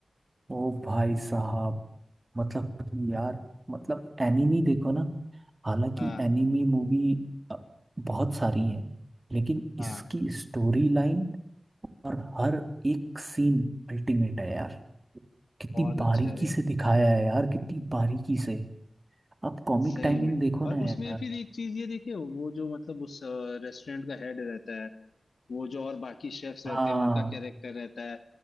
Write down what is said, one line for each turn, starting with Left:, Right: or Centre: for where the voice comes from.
Right: ओ भाई साहब मतलब कि यार मतलब एनिमी देखो ना हालांकि
Left: हाँ
Right: एनिमी मूवी बहुत सारी है लेकिन
Left: हाँ
Right: इसकी स्टोरी लाइन और हर एक सीन अल्टीमेट है यार कितनी
Left: बहुत
Right: बारीकी
Left: अच्छा है यार
Right: से दिखाया है यार कितनी बारीकी से आप कॉमिक
Left: सही
Right: टाइमिंग
Left: में
Right: देखो
Left: और
Right: ना
Left: उसमें
Right: यार
Left: फिर एक चीज ये देखिए वो जो मतलब उस रेस्टोरेंट का हेड रहता है वो जो और बाकी शेफ्स रहते
Right: हाँ
Left: हैं उनका कैरेक्टर रहता है